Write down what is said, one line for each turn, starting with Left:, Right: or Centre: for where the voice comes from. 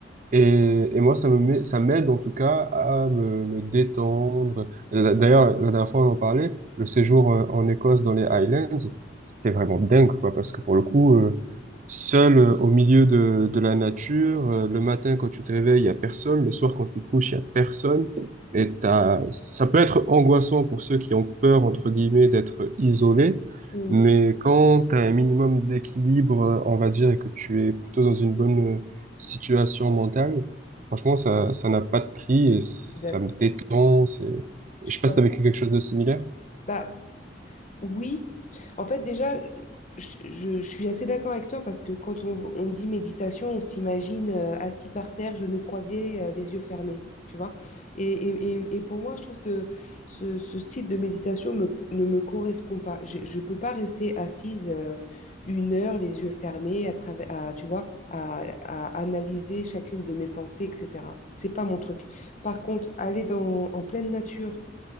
Right: Et, et moi, ça me met, ça m'aide en tout cas à me, me détendre. La- D'ailleurs, la dernière fois, on en parlait, le séjour euh, en Écosse dans les Highlands, c'était vraiment dingue, quoi, parce que pour le coup, euh, seul euh, au milieu de, de la nature, euh, le matin quand tu te réveilles, il y a personne, le soir quand tu te couches, il y a personne. Et t'as, ça peut être angoissant pour ceux qui ont peur, entre guillemets, d'être isolés,
Left: Mm,
Right: mais quand tu as un minimum d'équilibre, euh, on va dire, et que tu es plutôt dans une bonne situation mentale, franchement, ça, ça n'a pas de prix et ça
Left: je suis d'accord.
Right: me détend. C'est,
Left: Je
Right: je
Left: suis
Right: sais pas
Left: d'accord.
Right: si t'as vécu quelque chose de similaire.
Left: Bah. Oui, en fait, déjà, je, je- je suis assez d'accord avec toi parce que quand on, on dit méditation, on s'imagine euh, assis par terre, genoux croisés, euh, les yeux fermés, tu vois. Et, et- et- et pour moi, je trouve que ce, ce style de méditation me- ne me correspond pas. Je ne peux pas rester assise euh, une heure, les yeux fermés, à travers, à, tu vois, à, à analyser chacune de mes pensées, etc. C'est pas mon truc. Par contre, aller dans, en pleine nature